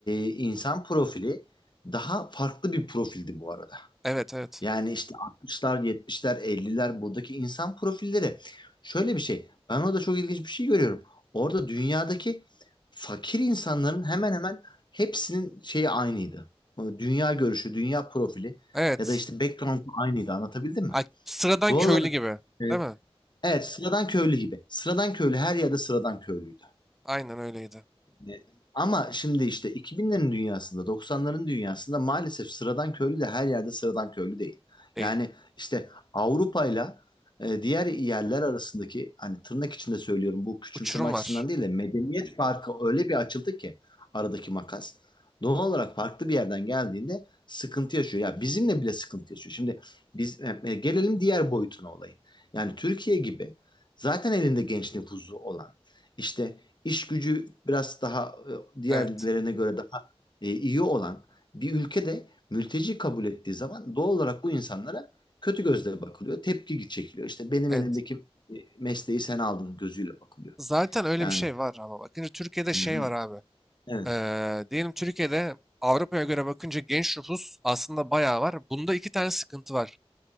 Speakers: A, on the left; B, in the centre.
A: insan profili daha farklı bir profildi bu arada.
B: Evet evet.
A: Yani işte 60'lar, 70'ler, 50'ler buradaki insan profilleri. Şöyle bir şey. Ben orada çok ilginç bir şey görüyorum. Orada dünyadaki fakir insanların hemen hemen hepsinin şeyi aynıydı. O Dünya görüşü, dünya profili
B: Evet.
A: ya da işte background aynıydı. Anlatabildim mi?
B: Ay, sıradan
A: Doğal
B: köylü
A: olarak
B: gibi.
A: e,
B: Değil mi?
A: evet, sıradan köylü gibi. Sıradan köylü her yerde sıradan köylüydü.
B: Aynen öyleydi.
A: E, Ama şimdi işte 2000'lerin dünyasında, 90'ların dünyasında maalesef sıradan köylü de her yerde sıradan köylü değil.
B: Değil.
A: Yani işte Avrupa'yla e, diğer yerler arasındaki hani tırnak içinde söylüyorum bu küçümseme
B: Uçurum
A: açısından
B: var.
A: değil de medeniyet farkı öyle bir açıldı ki aradaki makas. Doğal olarak farklı bir yerden geldiğinde sıkıntı yaşıyor. Ya bizimle bile sıkıntı yaşıyor. Şimdi biz e, e, gelelim diğer boyutuna olayın. Yani Türkiye gibi zaten elinde genç nüfusu olan işte iş gücü biraz daha e, diğerlerine
B: Evet.
A: göre daha e, iyi olan bir ülkede mülteci kabul ettiği zaman doğal olarak bu insanlara kötü gözle bakılıyor. Tepki çekiliyor. İşte benim
B: Evet.
A: elimdeki e, mesleği sen aldın gözüyle bakılıyor.
B: Zaten öyle
A: Yani
B: bir şey var ama bakınca Türkiye'de
A: hı
B: şey
A: hı,
B: var abi.
A: evet,
B: Ee, diyelim Türkiye'de Avrupa'ya göre bakınca genç nüfus aslında bayağı var. Bunda iki tane sıkıntı var.